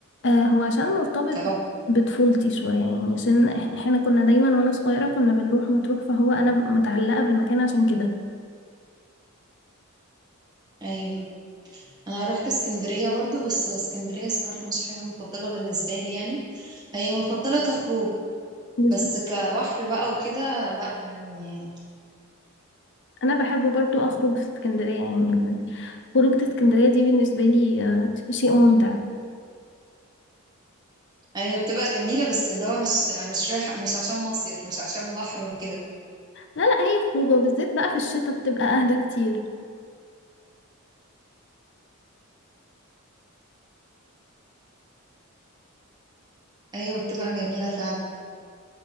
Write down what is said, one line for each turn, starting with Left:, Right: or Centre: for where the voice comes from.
Left: آه هو عشان مرتبط
Right: كبحر
Left: بطفولتي شوية يعني عشان إح- احنا كنا دايما وانا صغيرة كنا بنروح مطروح فهو انا متعلقة بالمكان عشان كده
Right: ايوه انا رحت اسكندرية برضو بس اسكندرية الصراحة مش حاجة مفضلة بالنسبة لي يعني هي مفضلة كخروج
Left: بالظبط
Right: بس كبحر بقى وكده لا يعني
Left: انا بحب برضو اخرج في اسكندريه يعني خروجة اسكندريه دي بالنسبه لي آه، شيء ممتع
Right: ايوه بتبقى جميلة بس اللي هو مش مش رايح مش عشان مصيف مش عشان بحر وكده
Left: لا لا هي خروجه وبالذات بقى في الشتاء بتبقى اهدى كتير
Right: ايوه بتبقى جميلة فعلا